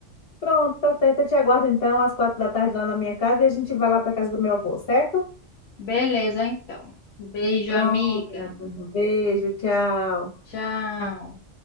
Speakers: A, on the left; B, on the left.
A: Pronto, tá certo. Eu te aguardo então às quatro da tarde lá na minha casa e a gente vai lá para casa do meu avô, certo?
B: Beleza, então. Beijo,
A: Pronto.
B: amiga.
A: um Beijo, tchau.
B: Tchau.